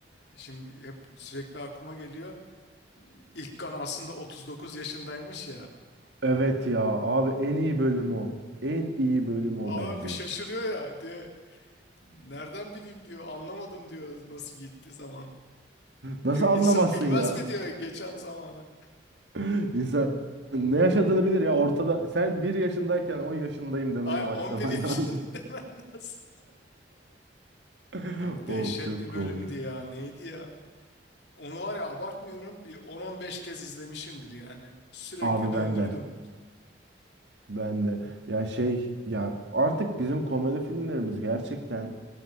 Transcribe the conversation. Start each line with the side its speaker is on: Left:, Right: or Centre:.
Left: e, şimdi hep sürekli aklıma geliyor. İlk kan aslında 39 yaşındaymış ya.
Right: evet ya abi en iyi bölüm o. En iyi bölüm o
Left: Adam
Right: bence.
Left: bir şaşırıyor ya diyor. Nereden bileyim diyor. Anlamadım diyor nasıl gitti zaman.
Right: Nasıl
Left: Diyor insan
Right: anlamazsın
Left: bilmez
Right: ya?
Left: mi diyor geçen zamanı.
Right: <laughs> İnsan ne yaşadığını bilir ya ortada. Sen bir yaşındayken 10 yaşındayım demeye
Left: Ay
Right: başlaman
Left: 11 yaşında
Right: lazım.
Left: <laughs> demen lazım.
Right: <laughs>
Left: Abi dehşet
Right: Of çok
Left: bir
Right: komik.
Left: bölümdü ya. Neydi ya? Onu var ya abartmıyorum bir 10-15 kez izlemişimdir yani. Sürekli
Right: Abi
Left: döndürdüm.
Right: ben de. Ben de. Ya şey ya artık bizim komedi filmlerimiz gerçekten